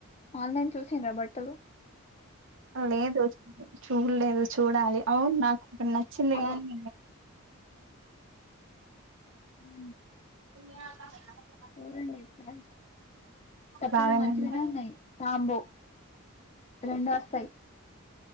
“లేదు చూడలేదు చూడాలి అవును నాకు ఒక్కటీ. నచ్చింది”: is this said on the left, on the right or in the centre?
Right